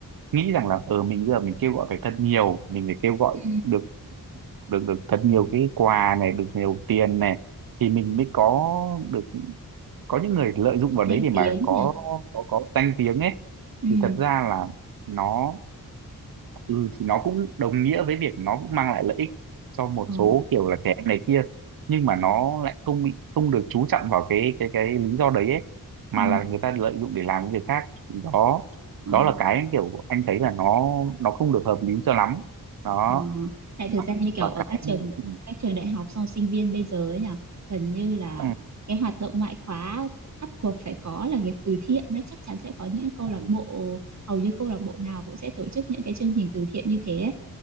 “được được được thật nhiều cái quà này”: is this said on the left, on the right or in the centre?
Right